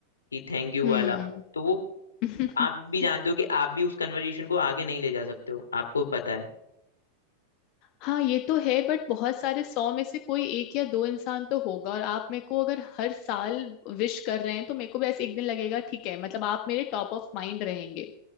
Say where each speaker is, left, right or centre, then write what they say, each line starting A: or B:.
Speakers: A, on the left; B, on the left.
A: कि थैंक यू
B: हम्म
A: वाला तो वो
B: <laughs>
A: आप भी जानते हो कि आप भी उस कन्वर्जेशन को आगे नहीं ले जा सकते हो आपको पता है
B: हाँ ये तो है बट बहुत सारे सौ में से कोई एक या दो इंसान तो होगा और आप मेरे को अगर हर साल विश कर रहे हैं तो मेरे को भी ऐसे एक दिन लगेगा ठीक है मतलब आप मेरे टॉप ऑफ माइंड रहेंगे